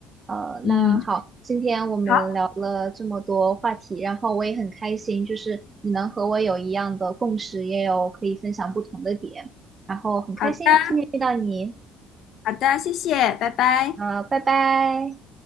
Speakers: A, on the right; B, on the left.
A: 呃，
B: 嗯，
A: 那好，今天我们聊了这么多话题，
B: 好
A: 然后我也很开心，就是你能和我有一样的共识，也有可以分享不同的点，然后很开心今天遇到你。
B: 好的好的，谢谢，拜拜。
A: 呃，拜拜。